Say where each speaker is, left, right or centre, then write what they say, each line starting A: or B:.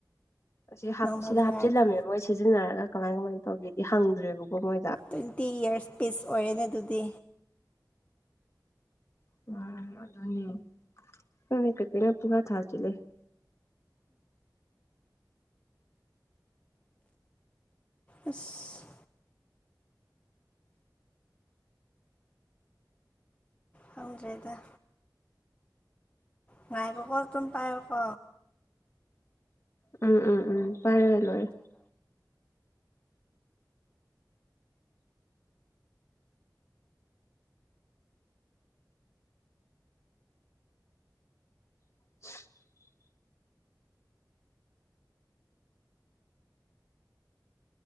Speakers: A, on the left (about 40°); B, on the left (about 15°).
A: ꯁꯤ
B: ꯅꯪꯅ
A: ꯁꯤꯗ
B: ꯍꯧꯖꯤꯛ
A: ꯍꯥꯞꯆꯤꯜꯂꯝꯃꯦꯕ
B: ꯍꯥꯏꯗꯣ
A: ꯃꯣꯏ ꯁꯤꯖꯤꯟꯅꯔꯒ ꯀꯃꯥꯏ ꯀꯃꯥꯏꯅ ꯇꯧꯒꯦꯗꯤ ꯍꯪꯗ꯭ꯔꯦꯕꯀꯣ ꯃꯣꯏꯗ
B: ꯑꯗꯨꯗꯤ ꯌꯥꯔ ꯄꯤꯁ ꯑꯣꯏꯔꯦꯅꯦ ꯑꯗꯨꯗꯤ
A: <unintelligible>
B: ꯑꯁ ꯐꯪꯗ꯭ꯔꯦꯗ ꯉꯥꯏꯀꯣ ꯀꯣ ꯑꯗꯨꯝ ꯇꯥꯏꯔ ꯀꯣ
A: ꯎꯝ ꯎꯝ ꯎꯝ ꯄꯔꯒꯂꯣ <unintelligible>